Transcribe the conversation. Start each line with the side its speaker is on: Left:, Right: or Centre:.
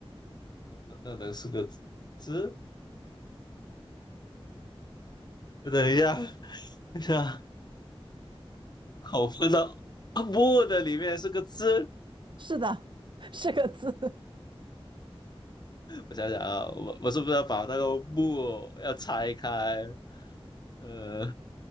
Left: 那那那能是个字？等一下，等一下，口放到啊木的里面是个字。
Right: 是的，<laughs> 是个字。
Left: 我想想啊，我我是不是要把那个木要拆开？呃，